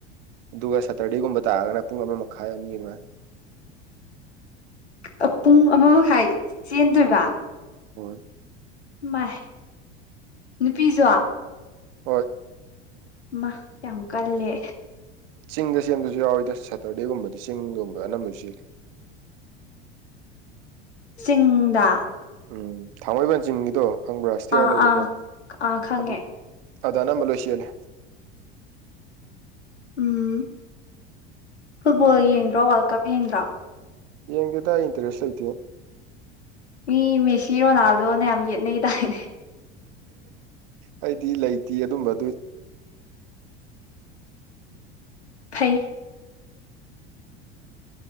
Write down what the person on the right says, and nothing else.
ꯑꯗꯨꯒ ꯁꯦꯇꯔꯗꯦꯒꯨꯝꯕ ꯇꯥꯔꯒꯅ ꯄꯨꯡ ꯑꯃ ꯃꯈꯥꯏ ꯑꯅꯤ ꯑꯗꯨꯃꯥꯏꯅ
ꯍꯣꯏ
ꯍꯣꯏ
ꯆꯤꯡꯗ ꯆꯦꯟꯕꯁꯨ ꯌꯥꯎꯋꯤꯗ ꯁꯇꯔꯗꯦꯒꯨꯝꯕꯗꯤ ꯆꯤꯡꯒꯨꯝꯕ ꯑꯅꯝꯕꯅ ꯆꯦꯜꯂꯤ
ꯎꯝ ꯊꯥꯡꯃꯩꯕꯟ ꯆꯤꯡꯒꯤꯗꯣ ꯈꯪꯕ꯭ꯔꯥ ꯏꯁꯇꯤꯌꯥꯔ
ꯂꯩꯕꯗ
ꯑꯗꯨ ꯑꯗ ꯑꯅꯝꯕ ꯂꯣꯏ ꯆꯦꯜꯂꯤ
ꯌꯦꯡꯗꯦꯗ ꯏꯟꯇꯔꯦꯁ ꯂꯩꯇꯦ
ꯑꯩꯗꯤ ꯂꯩꯇꯦ ꯑꯗꯨꯝꯕ ꯑꯗꯨ